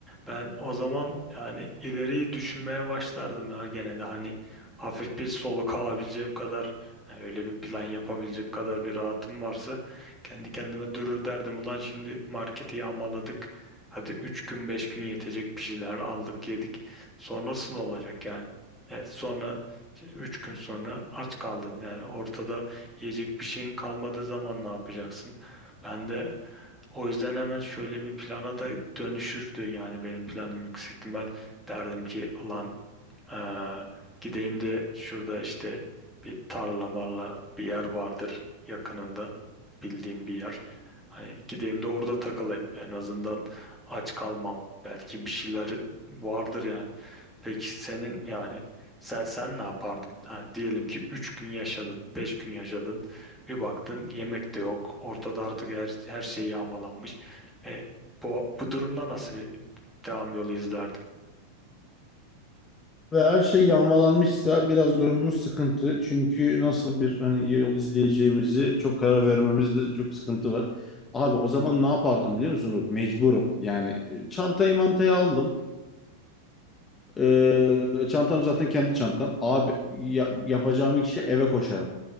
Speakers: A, in the centre; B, on the left.
A: Ben o zaman yani ileriyi düşünmeye başlardım ya genelde hani hafif bir soluk alabileceğim kadar hani öyle bir plan yapabilecek kadar bir rahatım varsa kendi kendime durur derdim. Ulan şimdi marketi yağmaladık. Hadi 3 gün 5 gün yetecek bir şeyler aldık yedik. Sonrasında olacak yani? E, sonra işte Üç gün sonra aç kaldın. Yani ortada yiyecek bir şeyin kalmadığı zaman ne yapacaksın? Ben de o yüzden hemen şöyle bir plana da dönüşürdü. Yani benim planım yüksek ihtimal derdim ki ulan ee, gideyim de şurada işte bir tarla marla bir yer vardır yakınında bildiğim bir yer. Hani gideyim de orada takılayım. En azından aç kalmam. Belki bir şeyler vardır yani. Peki senin yani sen, sen ne yapardın? Ha, diyelim ki 3 gün yaşadın, 5 gün yaşadın. Bir baktın yemek de yok. Ortada artık her, her şey yağmalanmış. E, bu, bu durumda nasıl bir devam yolu izlerdin?
B: Ve her şey yağmalanmışsa biraz durumumuz sıkıntı. Çünkü nasıl bir hani yol izleyeceğimizi çok karar vermemizde çok sıkıntı var. Abi o zaman ne yapardım biliyor musun? Mecburum. Yani e, çantayı mantayı aldım. Ee, çantam zaten kendi çantam. Abi ya- yapacağım ilk şey eve koşarım.